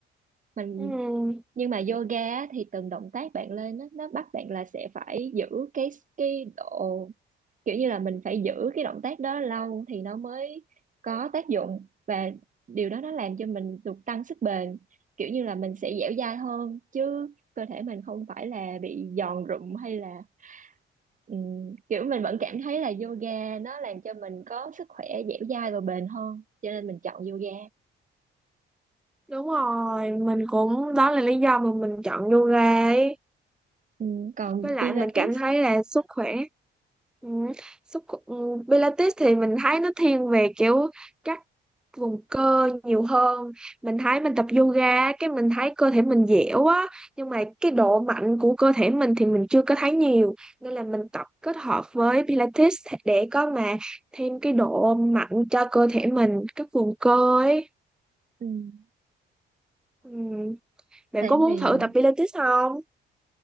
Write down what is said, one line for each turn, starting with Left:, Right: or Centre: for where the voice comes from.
Right: Mình
Centre: Ừm.
Right: nhưng mà yoga á, thì từng động tác bạn lên á, nó bắt bạn là sẽ phải giữ cái cái độ kiểu như là mình phải giữ cái động tác đó lâu thì nó mới có tác dụng và điều đó nó làm cho mình được tăng sức bền kiểu như là mình sẽ dẻo dai hơn chứ cơ thể mình không phải là bị giòn rụm hay là ừm, kiểu mình vẫn cảm thấy là yoga nó làm cho mình có sức khỏe dẻo dai và bền hơn cho nên mình chọn yoga
Centre: Đúng rồi, mình cũng đó là lý do mà mình chọn yoga ấy.
Right: Ừm, còn
Centre: với lại
Right: Pilates
Centre: mình cảm thấy là sức khỏe ừ, sức khỏe- ừ, Pilates thì mình thấy nó thiên về kiểu các vùng cơ nhiều hơn mình thấy mình tập yoga cái mình thấy cơ thể mình dẻo á nhưng mà cái độ mạnh của cơ thể mình thì mình chưa có thấy nhiều nên là mình tập kết hợp với Pilates để có mà thêm cái độ mạnh cho cơ thể mình các vùng cơ ấy
Right: ừm,
Centre: ừ. bạn
Right: tại
Centre: có muốn
Right: vì
Centre: thử tập Pilates không